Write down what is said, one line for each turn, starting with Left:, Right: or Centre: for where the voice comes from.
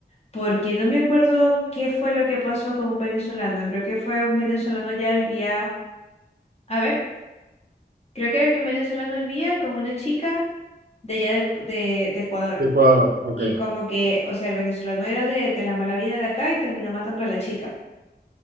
Left: porque no me acuerdo qué fue lo que pasó con un venezolano. Creo que fue un venezolano ya vivía, a ver, creo que era que un venezolano vivía con una chica de allá de, de- de Ecuador.
Right: de Ecuador, ok.
Left: Y como que, o sea, el venezolano era de, de la mala vida de acá y terminó matando a la chica.